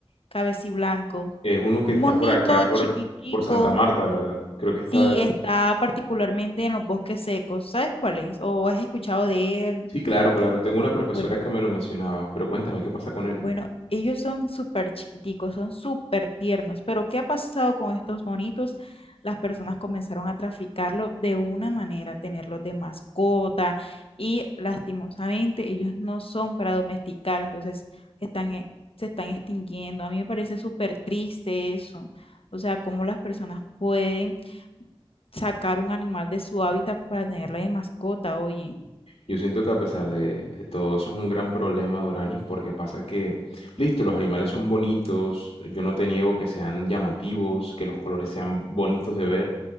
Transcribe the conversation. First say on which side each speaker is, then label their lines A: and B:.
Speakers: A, on the left; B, on the left.
A: cabeciblanco?
B: Es uno que
A: Un
B: está
A: monito
B: por acá, por,
A: chiquitico,
B: por Santa Marta, ¿verdad? Creo que está
A: sí,
B: ahí.
A: está particularmente en los bosques secos. ¿Sabes cuál es? ¿O has escuchado de él?
B: Sí, claro, claro. Tengo una profesora
A: Bueno.
B: que me lo mencionaba, pero cuéntame, ¿qué pasa con él?
A: Bueno, ellos son súper chiquiticos, son súper tiernos, pero ¿qué ha pasado con estos monitos? Las personas comenzaron a traficarlo de una manera, tenerlos de mascota y lastimosamente ellos no son para domesticar, entonces están, e- se están extinguiendo. A mí me parece súper triste eso, o sea, cómo las personas pueden sacar un animal de su hábitat para tenerla de mascota, oye,
B: Yo siento que a pesar de, de todo eso es un gran problema, Doranis, porque pasa que, listo, los animales son bonitos, yo no te niego que sean llamativos, que los colores sean bonitos de ver,